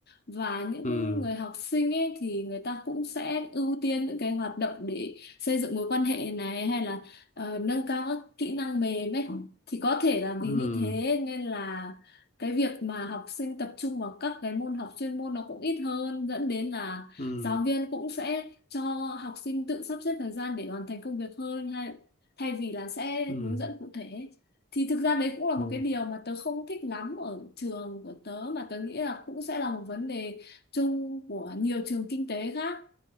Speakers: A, on the left; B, on the left.
A: và những
B: ừ
A: người học sinh ấy thì người ta cũng sẽ ưu tiên những cái hoạt động để xây dựng mối quan hệ này hay là ờ, nâng cao các kỹ năng mềm ấy thì có thể là vì
B: ừ
A: như thế nên là cái việc mà học sinh tập trung vào các cái môn học chuyên môn nó cũng ít hơn dẫn đến là
B: ừ
A: giáo viên cũng sẽ cho học sinh tự sắp xếp thời gian để hoàn thành công việc hơn hay thay vì là sẽ
B: ừ
A: hướng dẫn cụ thể thì thực ra đấy cũng là một
B: ồ
A: cái điều mà tớ không thích lắm ở trường của tớ mà tớ nghĩ là cũng sẽ là một vấn đề chung của nhiều trường kinh tế khác